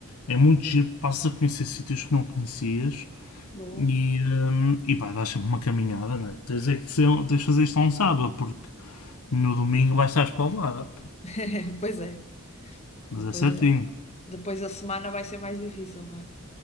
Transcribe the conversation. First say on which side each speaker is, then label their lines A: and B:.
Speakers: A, on the left (about 80°); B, on the left (about 30°).
A: É muito giro, passas a conhecer sítios que não conhecias
B: Boa.
A: e, hum, e pá, dás sempre uma caminhada, né? Tens é que ser, um, tens de fazer isto a um sábado, porque no domingo vais estar espalmada.
B: <laughs> Pois é.
A: Mas
B: Depois,
A: é certinho,
B: a- depois a semana vai ser mais difícil, não é?